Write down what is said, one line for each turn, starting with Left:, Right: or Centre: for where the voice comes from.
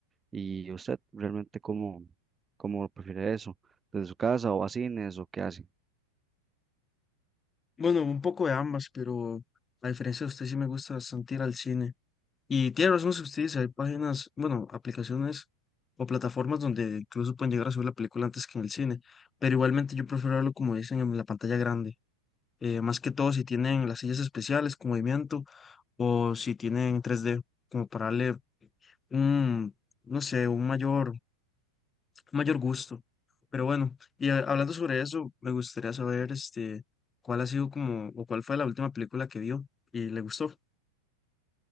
Right: ¿Y usted realmente cómo, cómo prefiere eso? ¿Desde su casa o a cines o qué hace?
Left: Bueno, un poco de ambas, pero a diferencia de usted sí me gusta bastante ir al cine. Y tiene razón si usted dice, hay páginas, bueno, aplicaciones o plataformas donde incluso pueden llegar a subir la película antes que en el cine, pero igualmente yo prefiero verlo como dicen en la pantalla grande. eh, más que todo si tienen las sillas especiales con movimiento o si tienen tres d como para darle un, no sé, un mayor, un mayor gusto. Pero bueno, y a- hablando sobre eso, me gustaría saber este, cuál ha sido como, o cuál fue la última película que vio y le gustó.